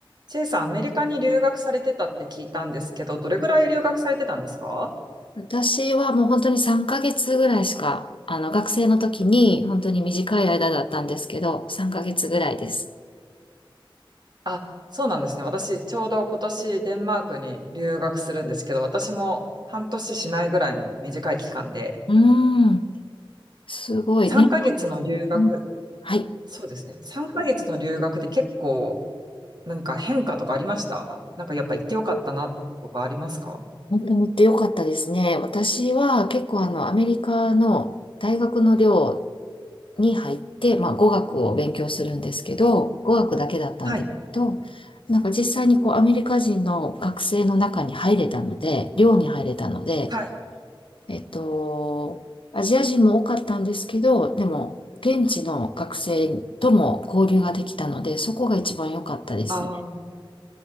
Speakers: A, on the right (about 50°); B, on the left (about 70°).
A: チェイさん、アメリカに留学されてたって聞いたんですけど、どれぐらい留学されてたんですか
B: 私はもう本当に3ヶ月ぐらいしか、あの学生の時に本当に短い間だったんですけど、3ヶ月ぐらいです。
A: あ、そうなんですね。私、ちょうど今年デンマークに留学するんですけど、私も半年しないぐらいの短い期間で、
B: うーん、すごいね。
A: 3ヶ月の留学、
B: うんはい、
A: そうですね。3ヶ月の留学で結構何か変化とかありましたなんかやっぱ行ってよかったなとかありますか
B: 本当に行ってよかったですね。私は結構あのアメリカの大学の寮に入って、まあ、語学を勉強するんですけど、語学だけだったんですけど、
A: はい。
B: なんか実際にこうアメリカ人の学生の中に入れたので、寮に入れたので、
A: はい。
B: えっと、アジア人も多かったんですけど、でも、現地の学生とも交流ができたので、そこが一番良かったですね。
A: あ